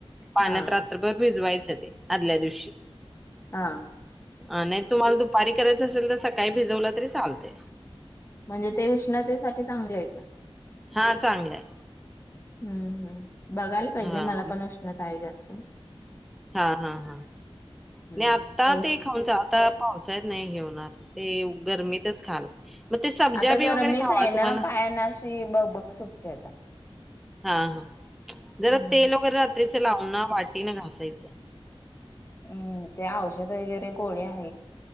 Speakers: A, in the centre; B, on the left.
A: पाण्यात
B: हा
A: रात्र तर बर भिजवायचं ते आदल्या दिवशी
B: हा.
A: हा नाही तुम्हाला दुपारी करायचं असेल तर सकाळी भिजवला तरी चालतय.
B: म्हणजे ते उष्णतेसाठी चांगलंये तर.
A: हा चांगलाये.
B: हम्म, हम्म बघायला पाहिजे
A: हा
B: मला पण उष्णता आहे जास्त.
A: हा, हा, हा
B: हम्म
A: ना आता
B: तर
A: ते एक आता पावसाळ्यात नाही हे होणार ते गरमीतच खाल मग ते सब्जा
B: आता
A: बी
B: गरमच
A: वगैरे खावा
B: आहे
A: तुम्हाला
B: ना पायानशी बघ बग, बग सुटते आता.
A: हा, हा
B: हम्म
A: जरा तेल वगैरे रात्रीच लावून ना वाटीने घासायच.
B: हम्म, ते औषध वगैरे गोळ्या